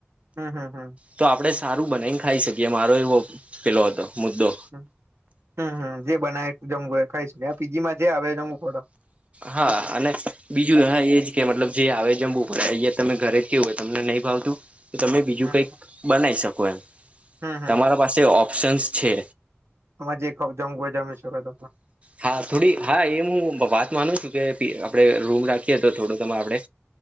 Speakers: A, on the right; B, on the right.
A: હમ હમ હમ.
B: તો આપણે સારું બનાવી ને ખાઈ શકીએ મારો એવો પેલો હતો. મુદ્દો
A: હ હમમ જે બનાય જમવું એ ખાઈશ ને પીજી માં જે આવે જમવું પડ
B: હા અને બીજું હ એજ કે મતલબ જે આવે જમવું પડે અહંયા તમે ઘરે જ કેવું હોય તમને નહીં ભાવતું. તમે બીજું
A: હમ
B: કઈક બનાવી શકો એમ
A: હમ
B: તમારા પાસે ઓપ્શન્સ છે.
A: આમાં જે જમઘું હોય જમેશને
B: હા થોડી હા એ હું વાત માનું છું કે આપણે રૂમ રાખીએ તો થોડો ત આપડણે